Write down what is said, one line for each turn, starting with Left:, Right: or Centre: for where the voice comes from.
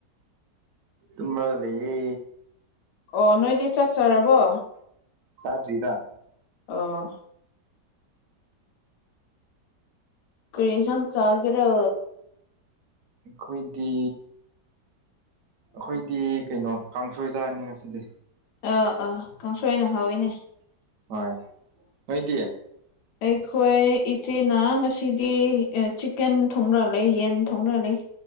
Right: ꯇꫬꯝꯔꯒ ꯂꯩꯌꯦ꯫
Left: ꯑꯣ ꯅꯣꯏꯗꯤ ꯆꯥꯛ ꯆꯥꯔꯕꯣ꯫
Right: ꯁꯥꯗꯔꯤꯗꯥ꯫
Left: ꯑꫭ꯫ ꯀꯔꯤ ꯌꯦꯁꯥꯡ ꯆꯥꯒꯦꯔꫭ꯫
Right: ꯑꯩꯈꯣꯏꯗꯤ ꯑꯈꯣꯏꯗꯤ ꯀꯩꯅꯣ ꯀꯥꯡꯁꯣꯏ ꯆꯥꯅꯤ ꯉꯁꯤꯗꯤ꯫
Left: ꯑꯥ ꯑꯥ ꯀꯥꯡꯁꯣꯏꯅ ꯍꯥꯎꯋꯤꯅꯦ꯫
Right: ꯍꫭꯏ ꯅꫭꯏꯏꯗꯤ꯫
Left: ꯑꯩꯈꯣꯏ ꯏꯆꯦꯅꯥ ꯉꯁꯤꯗꯤ ꯑꯦ ꯆꯤꯛꯀꯟ ꯊꯣꯡꯔꯒ ꯂꯩ ꯌꯦꯟ ꯊꯣꯡꯔꯒ ꯂꯩ꯫